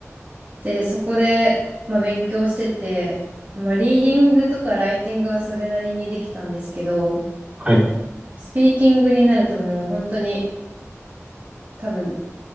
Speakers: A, on the right; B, on the right.
A: で、そこで、まあ、勉強してて、まあ、リーディングとかライティングはそれなりにできたんですけど、
B: はい。い
A: スピーキングになるともう本当に多分、